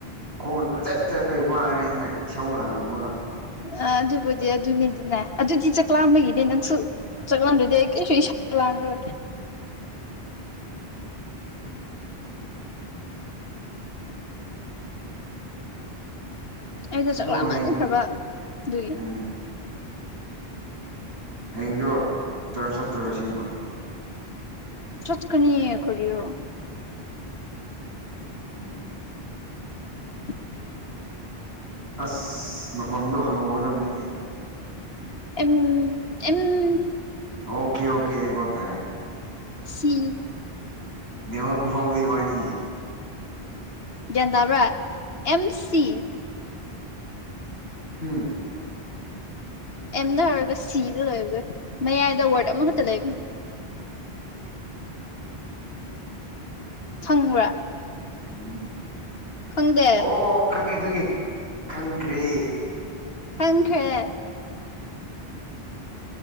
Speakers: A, on the right; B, on the left.
A: ꯈꯣꯡꯅ ꯀꯨꯆꯠ ꯆꯠꯄꯩ ꯋꯥꯔꯦꯅ ꯏꯁꯧ ꯂꯥꯡꯝ ꯑꯃꯒ
B: ꯑ ꯑꯗꯨꯕꯨꯗꯤ ꯑꯗꯨꯅꯤꯗꯤꯅꯦ ꯑꯗꯨꯗꯤ ꯆꯥꯛꯂꯛꯑꯝꯕꯒꯤꯅꯦ ꯅꯪꯁꯨ ꯆꯥꯛꯂꯝꯝꯗ꯭ꯔꯗꯤ ꯑꯩ ꯀꯩꯁꯨ ꯏꯁꯥ ꯂꯥꯡꯒꯦ ꯑꯩꯗꯣ
A: ꯑꯗꯨ
B: ꯆꯥꯛꯂꯥ
A: ꯍꯌꯦꯡ
B: ꯃꯥꯟꯅꯈ꯭ꯔꯕ ꯑꯗꯨꯒꯤ
A: ꯎꯝ ꯍꯌꯦꯡꯗꯣ ꯆꯔ ꯆꯠꯇꯔꯣ ꯁꯤꯕ
B: ꯆꯠꯀꯅꯤ ꯀꯔꯣ
A: ꯎꯝ
B: <inaudible>
A: ꯑꯁ ꯃꯐꯝꯗꯣ ꯍꯪꯍꯧꯒꯗꯕ ꯃꯤꯅꯤ
B: ꯑꯝ ꯑꯝ
A: ꯑꯣꯀꯦ ꯑꯣꯀꯦ ꯑꯩꯏꯕꯠꯇꯥꯏ
B: ꯁꯤ
A: ꯅꯃ ꯀꯨꯐꯥꯎꯔꯤ ꯃꯥꯦ
B: ꯭ꯦꯟꯟ ꯇꯕ꯭ꯔꯥ ꯑꯦꯝ ꯁꯤ
A: ꯍꯝ
B: ꯑꯦꯝꯗ ꯍꯥꯏꯔꯒ ꯁꯤꯗ ꯂꯩꯣꯏꯕꯗꯣꯏ ꯃꯌꯥꯏꯗ ꯋꯥꯔꯗ ꯑꯃꯈꯛꯇ ꯂꯩꯕ ꯐꯪꯕ꯭ꯔꯥ
A: ꯎꯝ
B: ꯈꯪꯗꯦ
A: ꯑꯣ ꯈꯪꯉꯦ ꯈꯪꯉꯦ ꯈꯪꯈ꯭ꯔꯦ
B: ꯈꯪ ꯈꯦꯦ